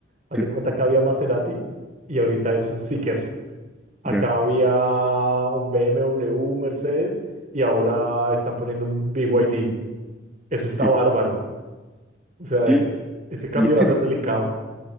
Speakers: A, on the right; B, in the centre.
A: Haz
B: Sí,
A: de cuenta que había Maserati y ahorita es un Zeekr. Acá
B: ya.
A: había un BMW, un Mercedes y ahora están poniendo un BYD. Eso está
B: Sí,
A: bárbaro. O sea,
B: sí,
A: ese, ese cambio
B: y ese
A: va a ser delicado.